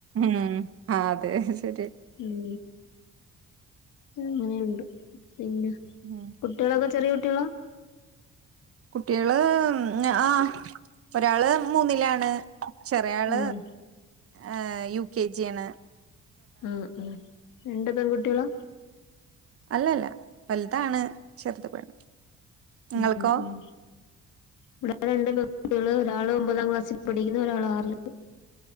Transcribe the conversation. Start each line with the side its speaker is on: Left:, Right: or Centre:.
Right: ഉം അതെ ശരി.
Left: ഉം അങ്ങനെയുണ്ട്. പിന്നെ
Right: ഉം
Left: കുട്ടികളൊക്കെ ചെറിയ കുട്ടികള?
Right: കുട്ടികള് ആ ഒരാൾ മൂന്നിലാണ്. ചെറിയാൾ
Left: ആഹ്
Right: ഏ യുകെജി യാണ്.
Left: ആ ആ രണ്ട് പെൺകുട്ടികളാ?
Right: അല്ല ല്ല വലുതാണ് ചെറുത് പെണ്ണ്. നിങ്ങൾക്കോ
Left: ഉ ഉ ഇവിടെ രണ്ട് വ്യക്തികള് ഒരാൾ ഒമ്പതാം ക്ലാസ്സിൽ പഠ <unintelligible> ഒരാൾ ആറിൽ.